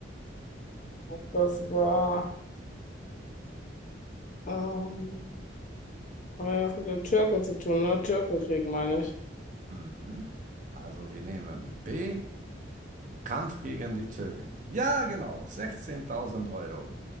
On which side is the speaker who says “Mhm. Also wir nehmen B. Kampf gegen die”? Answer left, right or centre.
Right